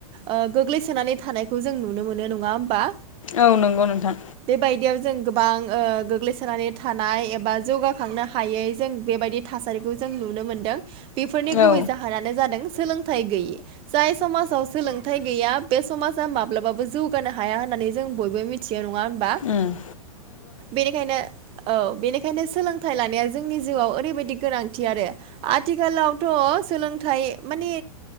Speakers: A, on the right; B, on the left.
A: ओ गोग्लैसोनानै थानायखौ जों नुनो मोनो नङा होमबा?
B: औ नंगौ नोंथां।
A: बेबायदियाव जों गोबां ओ गोग्लैसोनानै थानाय एबा जौगाखांनो हायै जों बेबायदि थासारिखौ जों नुनो मोनदों। बेफोरनि गुबै
B: औ
A: जाहोनानो जादों सोलोंथाइ गैयि। जाय समाजाव सोलोंथाइ गैया बे समाजा माब्लाबाबो जौगानो हाया होननानै जों बयबो मि थियो नङा होमबा?
B: उम।
A: बेनिखायनो औ बेनिखायनो सोलोंथाइ लानाया जोंनि जिउआव ओरैबायदि गोनांथि आरो। आथिखालावथ' सोलोंथाइ माने